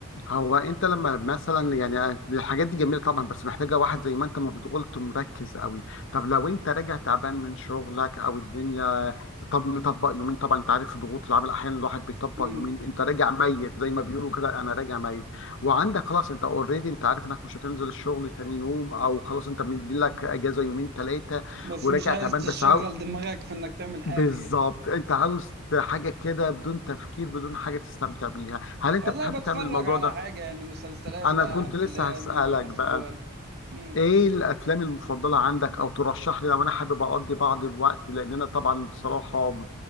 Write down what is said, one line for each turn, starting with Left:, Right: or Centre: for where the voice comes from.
Left: هو انت لما مثلا يعني آه، الحاجات دي جميله طبعا بس محتاجه واحد زي ما انت ما بتقول مركز قوي طب لو انت راجع تعبان من شغلك او الدنيا طب نطبق يومين طبعا انت عارف ضغوط العمل احيانا الواحد بيطبق
Right: مم.
Left: يومين انت راجع ميت زي ما بيقولوا كده انا راجع ميت وعندك خلاص انت اوريدي انت عارف انك مش هتنزل الشغل تاني يوم او خلاص انت مدي لك اجازه يومين ثلاثه
Right: بس
Left: وراجع
Right: مش عايز
Left: تعبان
Right: تشغل
Left: بس عاو...
Right: دماغك في إنك تعمل حاجة
Left: بالظبط
Right: يعني
Left: انت عاوز حاجه كده بدون تفكير بدون حاجه تستمتع بيها هل انت
Right: والله
Left: بتحب
Right: بتفرج
Left: تعمل الموضوع
Right: على
Left: ده
Right: حاجة يعني مسلسلات
Left: انا
Right: بقى
Left: كنت
Right: أفلام
Left: لسه هسألك
Right: ممكن أخبار
Left: بقى
Right: مم.
Left: ايه الافلام المفضلة عندك او ترشح لي لو انا حابب اقضي بعض الوقت لان انا طبعا بصراحة